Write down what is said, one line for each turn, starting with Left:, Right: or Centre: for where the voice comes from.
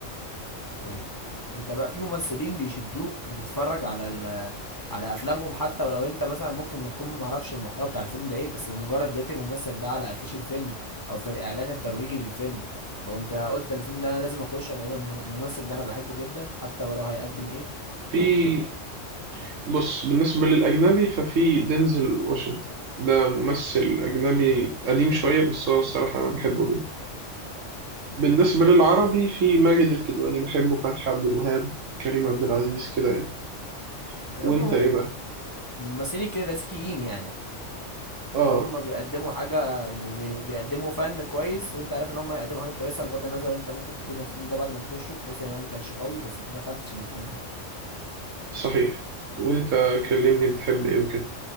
Left: اوكي انت بقى في ممثلين بيشدوك لتتفرج على ال... على افلامهم حتى ولو انت مثلا ممكن ما تكون ما اعرفش المحتوى بتاع الفيلم ده ايه بس بمجرد لقيت الممثل ده على افيش الفيلم او في الاعلان الترويجي للفيلم فقمت قلت الفيلم ده انا لازم اخش لان الم- الممثل ده انا بحبه جدا حتى ولو هيقدم ايه
Right: في بص بالنسبة للاجنبي ففي دينزل واشنطن ده ممثل اجنبي قديم شوية بس هو الصراحة انا بحبه جدا بالنسبة للعربي في ماجد الكدواني بحبه فتحي عبد الوهاب كريم عبد العزيز كده يعني
Left: هم
Right: وانت ايه بقى؟
Left: ممثلين كلاسيكيين يعني
Right: اه
Left: اللي هم بيقدموا حاجة وبيقدموا فن كويس وانت عارف ان هم هيقدموا حاجة كويسة بغض النظر انت ممكن تكون الفيلم ده بعد ما تخشه تحس ان هو ما كانش قوي بس انت دخلت عشان بتحب ده
Right: صحيح وانت كلمني بتحب ايه وكده